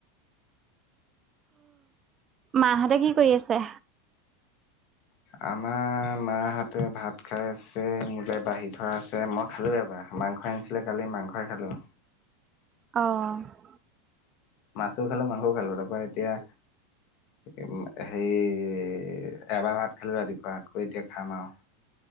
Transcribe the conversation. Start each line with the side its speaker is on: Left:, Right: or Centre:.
Right: মাহঁতে কি কৰি আছে?
Left: আমাৰ মাহঁতে ভাত খাই আছে‌। মোলে বাঢ়ি থোৱা আছে মই খালোঁ এবাৰ মাংস আনিছিল- আ কালি মাংসই খালোঁ।
Right: অ'।
Left: মাছো খালোঁ মাংস খালোঁ তাৰপৰা এতিয়া হে এবাৰ ভাত খালো ৰাতিপুৱা আকৌ এতিয়া খাম আৰু।